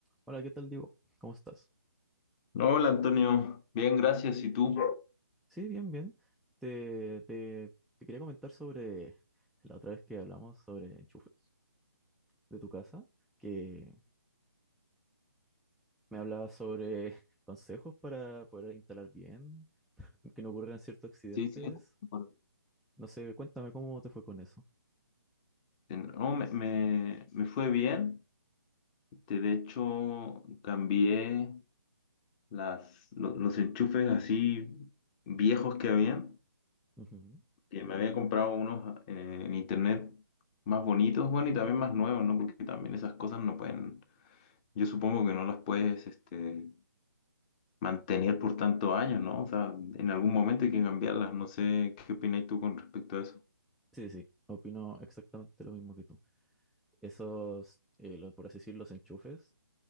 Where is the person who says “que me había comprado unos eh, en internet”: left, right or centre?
Left